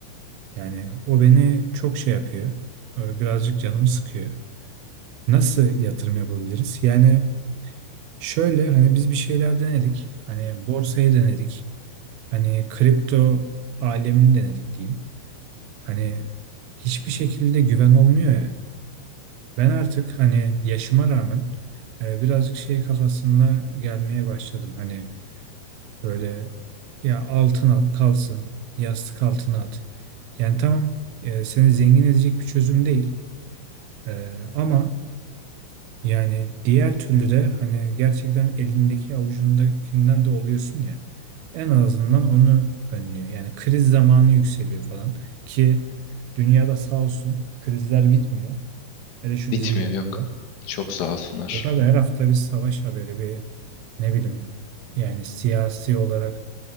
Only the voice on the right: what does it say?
Yani o beni çok şey yapıyor. e, Birazcık canımı sıkıyor. Nasıl yatırım yapabiliriz? Yani şöyle hani biz bir şeyler denedik. Hani borsayı denedik. Hani kripto alemini denedik diyeyim. Hani hiçbir şekilde güven olmuyor ya. Ben artık hani yaşıma rağmen e, birazcık şey kafasına gelmeye başladım. Hani böyle ya altın al kalsın, yastık altına at. Yani tamam e, seni zengin edecek bir çözüm değil. Ee, ama yani diğer türlü de hani gerçekten elindeki avucundakinden de oluyorsun ya. En azından onu önlüyor. Yani kriz zamanı yükseliyor falan ki dünyada sağ olsun krizler bitmiyor. Hele şu
bizim dönemde.
Yok abi her hafta bir savaş haberi bir ne bileyim yani siyasi olarak